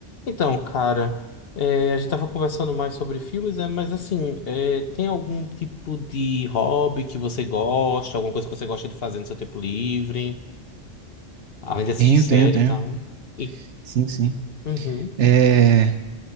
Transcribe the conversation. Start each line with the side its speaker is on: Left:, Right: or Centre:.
Left: Então, cara, é, a gente tava conversando mais sobre filmes, né? Mas assim, é, tem algum tipo de hobby que você gosta, alguma coisa que você gosta de fazer no seu tempo livre, além de assistir
Right: Tenho,
Left: série
Right: tenho, tenho.
Left: e tal? E,
Right: Sim, sim.
Left: uhum,
Right: É,